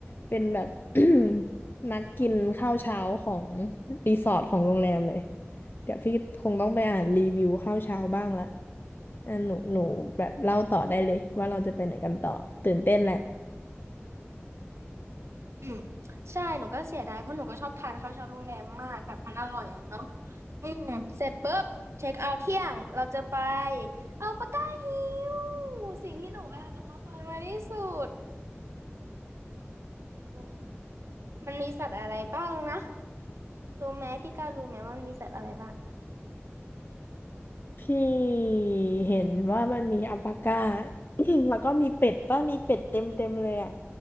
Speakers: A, on the left (about 50°); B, on the right (about 80°).
A: เป็นแบบ <coughs> <clears throat> นักกินข้าวเช้าของรีสอร์ทของโรงแรมเลยเดี๋ยวพี่คงต้องไปอ่านรีวิวข้าวเช้าบ้างละอ่ะหนูหนูแบบเล่าต่อได้เลยว่าเราจะไปไหนกันต่อตื่นเต้นแหละ
B: อืมใช่หนูก็เสียดายเพราะหนูก็ชอบทานข้าวเช้าโรงแรมมากแบบมันอร่อยอ่ะเนาะอืมเสร็จปุ๊บเช็คเอาท์เที่ยงเราจะไปเอาปากกาฮิวสิ่งที่หนูแบบรอคอยมาที่สุดอืมมันมีสัตว์อะไรบ้างนะรู้ไหมพี่ก้าวรู้ไหมว่ามันมีสัตว์อะไรบ้าง
A: พี่เห็นว่ามันมีอัลปาก้า <clears throat> แล้วก็มีเป็ดป่ะมีเป็ดเต็มเต็มเลยอ่ะ